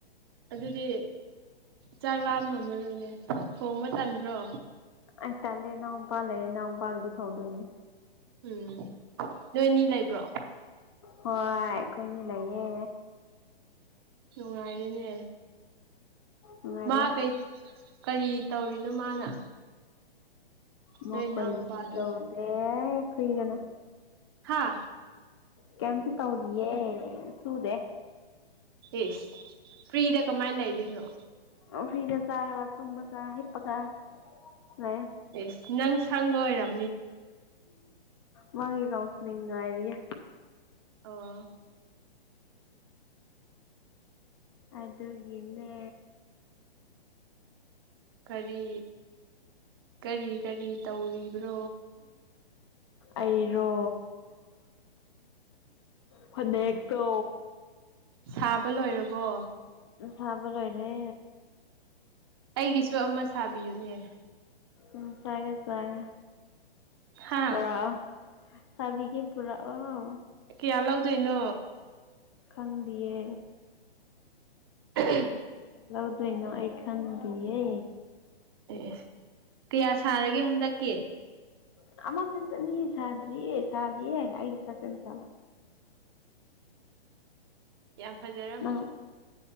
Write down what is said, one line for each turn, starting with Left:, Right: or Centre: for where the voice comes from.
Right: ꯑꯗꯨꯗꯤ ꯆꯥꯛ ꯂꯥꯝꯃꯝ ꯃꯔꯣꯏꯅꯦ ꯊꯣꯡꯕ ꯇꯟꯗ꯭ꯔꯣ
Left: ꯑꯦ ꯇꯜꯂꯦ ꯏꯅꯥꯎꯄꯥ ꯂꯩꯌꯦ ꯏꯅꯥꯎꯄꯥꯒꯗꯤ ꯊꯣꯡꯗꯣꯏꯅꯦ
Right: ꯎꯝ ꯅꯣꯏꯅꯤ ꯂꯩꯕ꯭ꯔꯣ
Left: ꯍꯣꯏ ꯑꯩꯈꯣꯏꯅꯤ ꯂꯩꯌꯦ
Right: ꯅꯨꯡꯉꯥꯏꯔꯦꯅꯦ
Left: ꯅꯨꯡꯉꯥꯏꯔꯦ
Right: ꯃꯥ ꯀꯩ ꯀꯔꯤ ꯇꯧꯔꯤꯅꯣ ꯃꯥꯅ
Left: ꯃ
Right: ꯅꯣꯏ ꯏꯅꯥꯎ
Left: ꯀꯣꯏꯁꯨ
Right: ꯅꯨꯄꯥꯗꯣ
Left: ꯇꯧꯗꯦ ꯐ꯭ꯔꯤꯗ ꯂꯩ
Right: ꯍꯥꯥ
Left: ꯀꯦꯝꯇ ꯇꯧꯗꯤꯌꯦ ꯁꯨꯗꯦ
Right: ꯏꯁ ꯐ꯭ꯔꯤꯗ ꯀꯃꯥꯏꯅ ꯂꯩꯗꯣꯏꯅꯣ
Left: ꯑ ꯐ꯭ꯔꯤꯗ ꯆꯥꯔꯒ ꯇꯨꯝꯃꯒ ꯍꯤꯞꯄꯒ ꯂꯩꯌꯦ
Right: ꯏꯁ ꯅꯪ ꯁꯪꯕ ꯑꯣꯏꯔꯝ
Left: ꯃꯥꯒꯤ ꯀꯥꯎꯟꯁꯤꯂꯤꯡ ꯉꯥꯏꯔꯤꯌꯦ
Right: ꯑꯣ
Left: ꯑꯗꯨꯒꯤꯅꯦ
Right: ꯀꯔꯤ ꯀꯔꯤ ꯀꯔꯤ ꯇꯧꯔꯤꯕ꯭ꯔꯣ
Left: ꯑꯩꯔꯣ ꯐꯅꯦꯛꯇꯣ
Right: ꯁꯥꯕ ꯂꯣꯏꯔꯕꯣ
Left: ꯁꯥꯕ ꯂꯣꯏꯔꯦ
Right: ꯑꯩꯒꯤꯁꯨ ꯑꯃ ꯁꯥꯕꯤꯌꯨꯅꯦ
Left: ꯎꯝ ꯁꯥꯒꯦ ꯁꯥꯒꯦ
Right: ꯍꯥ
Left: ꯄꯣꯔꯣꯛꯑꯣ ꯁꯥꯕꯤꯒꯦ ꯄꯨꯔꯛꯑꯣ
Right: ꯀꯤꯌꯥ ꯂꯧꯗꯣꯏꯅꯣ
Left: ꯈꯪꯗꯤꯌꯦ
Right: ꯑꯝꯍꯝ
Left: ꯂꯧꯗꯣꯏꯅꯣ ꯑꯩ ꯈꯪꯗꯤꯌꯦ
Right: ꯑꯦ ꯀꯌꯥ ꯁꯥꯔꯒꯦ ꯍꯟꯗꯛꯀꯤ
Left: ꯑꯃ ꯀꯪꯇꯅꯤ ꯁꯥꯗ꯭ꯔꯤꯌꯦ ꯁꯥꯗꯤꯌꯦ ꯑꯩꯒꯤ ꯈꯛꯇꯪ ꯁꯥꯕ
Right: ꯌꯥꯝ ꯐꯖꯔꯝꯃꯅꯤ
Left: ꯅꯪ